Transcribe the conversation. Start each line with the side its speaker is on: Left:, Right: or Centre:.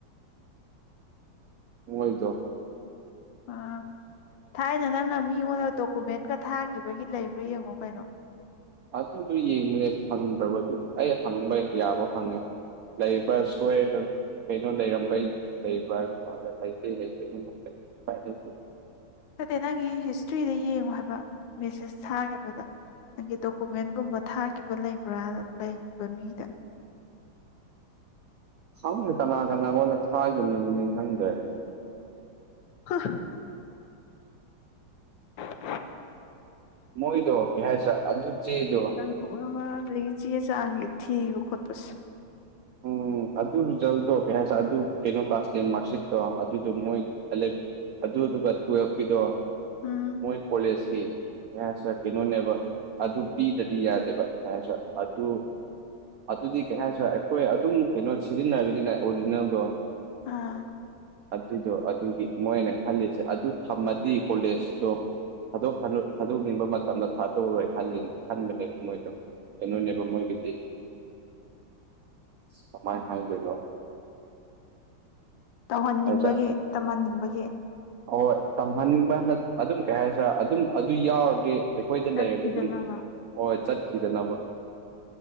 Right: ꯃꯣꯢꯗꯣ꯫
Left: ꯑꯥ ꯊꯥꯏꯅ ꯅꯪꯅ ꯃꯤꯉꯣꯟꯗ ꯗꯣꯀꯨꯃꯦꯟꯒ ꯊꯥꯈꯤꯕꯒꯤ ꯂꯩꯕ꯭ꯔꯥ ꯌꯦꯡꯉꯣ ꯀꯩꯅꯣ꯫
Right: ꯑꯗꯨꯗꯣ ꯌꯦꯡꯕꯅꯦ ꯐꯪꯗꯕꯒꯤ ꯑꯗꯨꯒꯤ ꯑꯩ ꯍꯪꯕ ꯌꯥꯕ ꯍꯪꯉꯦ꯫ ꯂꯏ ꯐꯥꯁ ꯁꯨꯑꯒ ꯀꯩꯅꯣ ꯂꯩꯔꯝꯕꯩ ꯂꯩꯕ꯭ꯔꯥꯒ ꯂꯩꯇꯇꯩ ꯂꯩꯇꯒꯥꯏ ꯂꯩꯇꯦ
Left: ꯆꯠꯇꯦ ꯅꯪꯒꯤ ꯍꯤꯁꯇ꯭ꯔꯤꯗ ꯌꯦꯡꯉꯣ ꯍꯥꯏꯕ ꯃꯦꯁꯦꯁ ꯊꯥꯈꯤꯕꯗ ꯑꯩꯒꯤ ꯗꯣꯀꯨꯃꯦꯟꯒꯨꯝꯕ ꯊꯥꯈꯤꯕ ꯂꯩꯕ꯭ꯔꯥ ꯂꯩꯈꯤꯕ ꯃꯤꯗ
Right: ꯈꯪꯗꯦ ꯀꯅꯥ ꯀꯅꯥ ꯑꯩꯣꯟꯗ ꯊꯥꯈꯤꯕꯅ ꯅꯪ ꯈꯪꯗ꯭ꯔꯦ
Left: ꯍꯥ <inaudible>
Right: ꯃꯣꯏꯗꯣ ꯀꯩ ꯍꯥꯏꯁꯤꯔ ꯑꯗꯨ ꯆꯦꯗꯣ
Left: ꯄꯣꯛ ꯑꯃ ꯑꯗꯒꯤ ꯆꯦ ꯆꯥꯡꯒꯤ ꯊꯤꯕ ꯈꯣꯠꯄꯁꯨ
Right: ꯎꯝ ꯑꯗꯨ ꯔꯤꯖꯜꯗꯣ ꯀꯩ ꯍꯥꯏꯦ ꯑꯗꯨ ꯀꯩꯅꯣ ꯇꯥꯁ ꯃꯥꯔꯛꯁꯤꯠꯇꯣ ꯑꯗꯨꯗꯣ ꯃꯣꯏ ꯂꯚ ꯑꯗꯨꯗꯨꯒ ꯇꯨꯋꯦꯜꯐꯀꯤꯗꯣ
Left: ꯎꯝ
Right: ꯃꯣꯏ ꯀꯣꯂꯦꯖꯀꯤ ꯌꯥꯁ ꯀꯩꯅꯣꯅꯦꯕ ꯑꯗꯨ ꯄꯤꯗꯗꯤ ꯌꯥꯗꯦꯕꯁ ꯑꯗꯨ ꯑꯗꯨꯗꯤ ꯀꯩ ꯍꯥꯏꯥꯏꯁꯨ ꯑꯩꯈꯣꯏ ꯑꯗꯨꯝ ꯀꯩꯅꯣ ꯁꯤꯖꯤꯟꯅꯒꯅꯤꯅ ꯑꯣꯔꯤꯖꯤꯅꯦꯜꯗꯣ
Left: ꯑꯥ
Right: ꯑꯗꯨꯗꯣ ꯑꯗꯨꯒꯤ ꯃꯣꯏꯅ ꯈꯜꯂꯤꯁꯦ ꯑꯗꯨ ꯊꯝꯃꯗꯤ ꯀꯣꯂꯦꯖꯇꯣ ꯊꯥꯗꯣꯛ ꯊ ꯊꯥꯗꯣꯛꯅꯤꯡꯕ ꯃꯇꯝꯗ ꯊꯥꯗꯣꯛꯔꯣꯏ ꯈꯜꯂꯤꯅꯦ ꯈꯟꯕꯅꯦꯕ ꯃꯣꯏꯗꯣ ꯑꯦ ꯅꯣꯏꯅꯦꯕ ꯃꯣꯏꯒꯤꯗꯤ ꯁꯃꯥꯏꯅ ꯍꯥꯏ ꯀꯗꯣ
Left: ꯇꯧꯍꯟꯅꯤꯡꯕꯒꯤ
Right: ꯍꯥꯏꯁꯦ
Left: ꯇꯝꯍꯟꯅꯤꯡꯕꯒꯤ
Right: ꯍꯣꯏ ꯇꯝꯍꯟꯅꯤꯡꯕꯅ ꯑꯗꯨꯝ ꯀꯩ ꯍꯥꯏꯁꯤꯔꯥ ꯑꯗꯨꯝ ꯑꯗꯨ ꯌꯥꯎꯔꯗꯤ ꯑꯩꯈꯣꯏꯗ
Left: ꯆꯠꯈꯤꯗꯅꯕ
Right: ꯂꯩꯔꯗꯤ ꯑꯗꯨꯝ ꯍꯣꯏ ꯆꯠꯈꯤꯗꯅꯕ